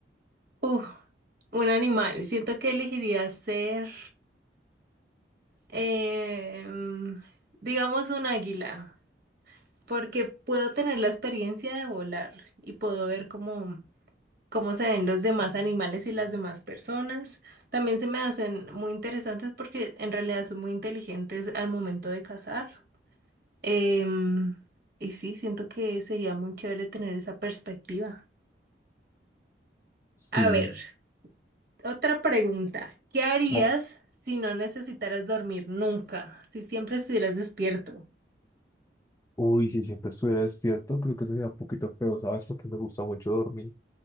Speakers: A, on the right (about 55°); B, on the left (about 20°).
A: Uf, un animal. Siento que elegiría ser, em, digamos, un águila, porque puedo tener la experiencia de volar y puedo ver cómo, cómo se ven los demás animales y las demás personas. También se me hacen muy interesantes porque en realidad son muy inteligentes al momento de cazar. Em, y sí, siento que sería muy chévere tener esa perspectiva.
B: Sí.
A: A ver, otra pregunta. ¿Qué harías
B: Ah,
A: si no necesitaras dormir nunca? Si siempre estuvieras despierto.
B: uy, si siempre estuviera despierto, creo que sería un poquito feo, ¿sabes? Porque me gusta mucho dormir.